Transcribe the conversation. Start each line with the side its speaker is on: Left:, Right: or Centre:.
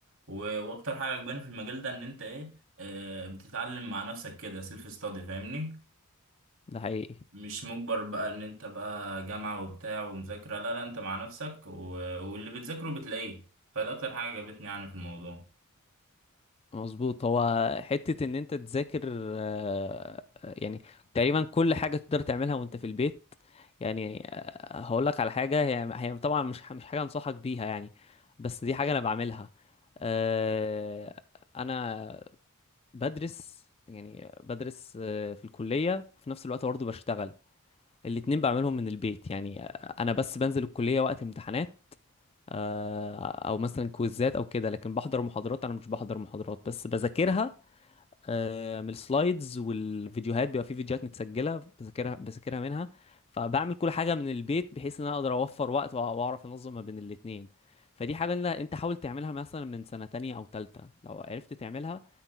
Right: و- واكتر حاجه عجباني في المجال ده ان انت ايه آه، بتتعلم مع نفسك كده سيلف ستادي فاهمني
Left: ده حقيقي
Right: مش مجبر بقى ان انت بقى جامعه وبتاع ومذاكره لا لا انت مع نفسك و- واللي بتذاكره بتلاقيه فده اكتر حاجه عجبتني يعني في الموضوع
Left: مظبوط هو حتة ان انت تذاكر آه، يعني تقريبا كل حاجة تقدر تعملها وانت في البيت يعني آه، هقول لك على حاجة هي هي طبعا مش مش حاجة انصحك بيها يعني بس دي حاجة انا بعملها آه، انا بدرس يعني بدرس آه، في الكلية وفي نفس الوقت برضه بشتغل الاتنين بعملهم من البيت يعني آه، انا بس بنزل الكلية وقت امتحانات آه، او مثلا كويزات او كده لكن بحضر محاضرات انا مش بحضر محاضرات بس بذاكرها آه، من السلايدز والفيديوهات بيبقى في فيديوهات متسجله بذاكرها بذاكرها منها فبعمل كل حاجه من البيت بحيث ان انا اقدر اوفر وقت وأ- واعرف انظم ما بين الاتنين فدي حاجه إن انت حاول تعملها مثلا من سنه تانية او تالتة لو عرفت تعملها